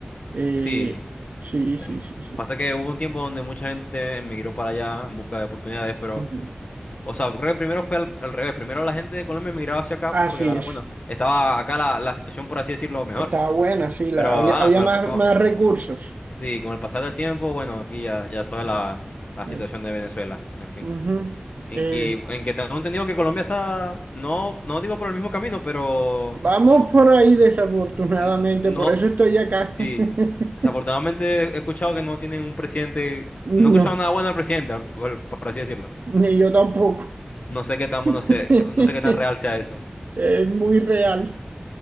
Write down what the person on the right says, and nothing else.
Eh,
sí, sí,
sí, sí.
Ujú.
Así
es.
Estaba buena, sí, la,
había,
había
más,
más recursos.
Eh,
ujú.
Eh,
vamos
por ahí, desafortunadamente,
por eso estoy acá.
<laughs>
No,
ni yo tampoco.
<laughs>
Es muy real,